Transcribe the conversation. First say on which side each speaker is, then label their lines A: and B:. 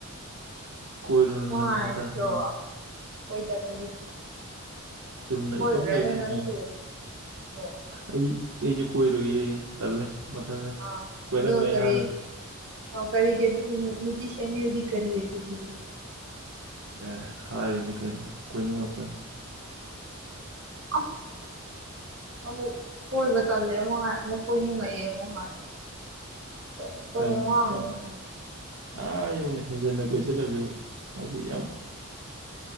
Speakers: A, on the right; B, on the right.
A: ꯀꯣꯏꯔꯨꯅꯨꯗ
B: ꯅꯨꯡꯉꯥꯏꯇ꯭ꯔꯣ
A: ꯃꯊꯥ ꯁꯥꯅ
B: ꯀꯣꯏꯗꯕꯒꯤ ꯄꯨꯟꯁꯤ
A: ꯆꯨꯝꯅ
B: ꯀꯣꯏꯔꯨꯔꯅꯨ
A: ꯏꯇꯣꯝ ꯂꯩꯕꯅ ꯅꯨꯡꯉꯥꯏ
B: ꯅꯪꯁꯨ ꯍꯣꯏ
A: ꯑꯩ ꯑꯩꯖꯨ ꯀꯣꯏꯔꯣꯏꯌꯦ ꯇꯜꯂꯦ ꯃꯊꯥ ꯁꯥꯏ
B: ꯑꯥ
A: ꯀꯣꯏꯔꯝꯃꯦ
B: ꯑꯗꯨ ꯀꯔꯤ
A: ꯍꯥꯟꯅ
B: ꯑꯣ ꯀꯔꯤꯒꯤ ꯑꯗꯨꯒꯤ ꯅꯨ-ꯅꯨꯄꯤ ꯁꯦꯝꯕꯤꯌꯨꯗꯤ ꯀꯔꯤ ꯑꯗꯨꯗꯤ
A: ꯑꯦ ꯍꯥꯏꯔꯤꯅꯦ ꯀꯩꯅꯣ ꯀꯣꯏꯅꯤꯡꯉꯛꯄꯩ
B: ꯑꯁ ꯑꯃꯨꯛ ꯀꯣꯏꯕ ꯇꯜꯂꯦ ꯑꯃꯨꯛ ꯍꯥꯏ ꯑꯃꯨꯛ ꯀꯣꯏꯅꯤꯡꯉꯛꯑꯦ ꯑꯃꯨꯛ ꯍꯥꯏ ꯀꯔꯤ ꯀꯔꯤ
A: ꯌꯥꯝ
B: ꯉꯥꯡꯉꯤꯅꯣ
A: ꯌꯥꯝ
B: ꯈꯪ
A: ꯑꯥ ꯌꯧꯅ ꯍꯦꯟꯖꯟꯅ ꯀꯣꯏꯁꯤꯜꯂꯖꯨ ꯍꯥꯏꯗꯤ ꯌꯥꯝ